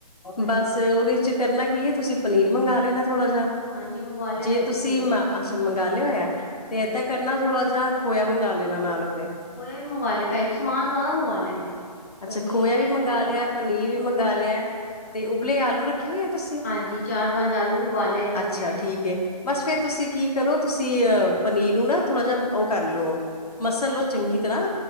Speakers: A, on the left; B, on the left.
A: ਹਾਂਜੀ
B: ਬਸ
A: ਹਾਂਜੀ
B: ਉਹਦੇ ਚ ਕਰਨਾ ਕੀ ਹੈ, ਤੁਸੀਂ ਪਨੀਰ ਮੰਗਵਾ ਲੈਣਾ ਥੋੜਾ ਜਹਾ,
A: ਹਾਂਜੀ ਮੰਗਵਾ ਲਿਆ
B: ਜੇ
A: ਭੈਣ
B: ਤੁਸੀਂ
A: ਜੀ ਪਨੀਰ ਤੇ
B: ਅੱਛਾ ਮੰਗ ਲਿਆ, ਤੇ
A: ਹਾਂਜੀ
B: ਏਦਾਂ ਕਰਨਾ ਥੋੜਾ ਜ ਖੋਇਆ ਮੰਗਵਾ ਲੈਣਾ ਨਾਲ ਉਹਦੇ
A: ਖੋਇਆ ਵੀ ਮੰਗਵਾ ਲੇਯਾ ਭੈਣ ਜੀ, ਸਮਾਨ ਸਾਰਾ ਮੰਗਵਾ ਲਏ ਮੈਂ
B: ਅੱਛਾ
A: ਪਨੀਰ
B: ਖੋਇਆ
A: ਤੇ
B: ਵੀ ਮੰਗਵਾ ਲਿਆ, ਪਨੀਰ
A: ਹਾਂਜੀ ਦੋਨੋ
B: ਵੀ ਮੰਗਵਾ
A: ਚੀਜ਼ਾਂ
B: ਲਿਆ, ਤੇ ਉਬਲੇ ਆਲੂ ਰੱਖਿਓ ਤੁਸੀਂ,
A: ਹਾਂਜੀ ਚਾਰ ਪੰਜ ਆਲੂ ਵੀ ਉਬਾਲੇ ਰੱਖੇ
B: ਅੱਛਾ
A: ਨੇ
B: ਠੀਕ ਹੈ, ਬਸ ਫੇਰ ਤੁਸੀਂ ਕੀ ਕਰੋ ਤੁਸੀਂ ਅ ਪਨੀਰ ਨੂੰ ਨਾ ਥੋੜਾ ਜਿਯਾ ਔ ਕਰ ਲੋ, ਮਸਲ ਲੋ ਚੰਗੀ ਤਰ੍ਹਾਂ